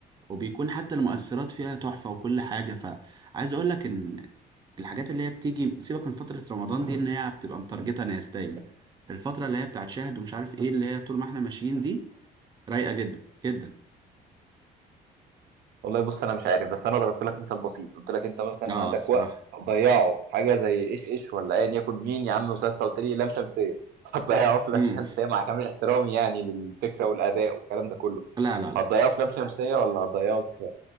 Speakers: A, on the right; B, on the right.
A: وبيكون حتى المؤثرات فيها تحفة وكل حاجة فعايز اقول لك ان الحاجات اللي هي بتيجي سيبك من فترة رمضان دي ان هي بتبقى متارجتة ناس دايما الفترة اللي هي بتاعت شاهد ومش عارف ايه اللي هي طول ما احنا ماشيين دي رايقة جدا جدا
B: والله بص انا مش عارف بس انا ضربت لك مثال بسيط قلت لك انت مثلا
A: اه
B: عندك
A: الصراحة
B: وقت هتضيعه في حاجه زي ايش ايش ولا ايا يكن مين يا عم وساستا قلت لي لام شمسيه <laughs> هتضيعه في لام
A: امم
B: شمسيه مع كامل احترامي يعني للفكره والاداء والكلام ده كله
A: لا لا لا
B: هتضيعه في لام شمسيه ولا هتضيعه في